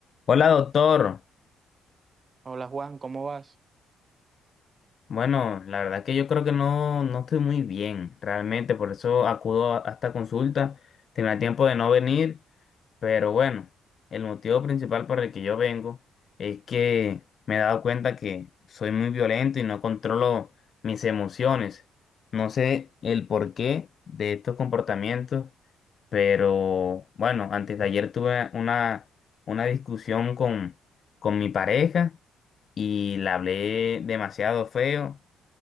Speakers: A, on the left; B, on the right.
A: Hola, doctor.
B: Hola Juan, ¿cómo vas?
A: Bueno, la verdad que yo creo que no, no estoy muy bien, realmente, por eso acudo a a esta consulta. Tenía tiempo de no venir, pero bueno, el motivo principal por el que yo vengo es que me he dado cuenta que soy muy violento y no controlo mis emociones. No sé el porqué de estos comportamientos, pero bueno, antes de ayer tuve una, una discusión con, con mi pareja. y la hablé demasiado feo.